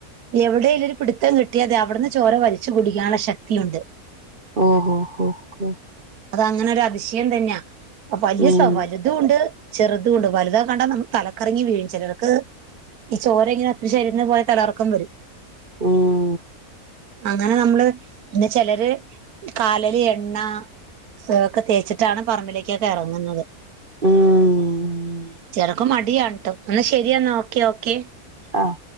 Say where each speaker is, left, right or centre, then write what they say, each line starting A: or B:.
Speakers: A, on the right; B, on the right.
A: എവിടെലൊരു പിട്ത്തം കിട്ടിയാതി അവ്ട്ന്ന് ചോര വലിച്ച് കുടിക്കാനുള്ള ശക്തിയുണ്ട്
B: ഓഹൊ ഹൊ ഹൊ
A: അതങ്ങനൊരു അതിശയം തന്ന്യാ വല്യ
B: ഉം
A: സവാ വല് തുണ്ട് ചെറുതുണ്ട് വലുതാ കണ്ടാ നമ്മ തലക്കറങ്ങി വീഴും ചെലർക്ക് ഈ ചോരങ്ങനെ <unintelligible> ശരീരത്ത് പോയ തലർക്കം വരും
B: ഉം
A: അങ്ങനെ നമ്മള് ഇന്ന് ചെലര് കാല് ല് എണ്ണ <unintelligible> ഒക്കെ തേച്ചിട്ടാണ് പറമ്പിലേക്കൊക്കെ എറങ്ങുന്നത്
B: ഉം
A: ചെറക്ക് മടിയാണ് ട്ടോ ന്നാ ശെരിയെന്നാ ഓക്കെ ഓക്കെ
B: ആഹ്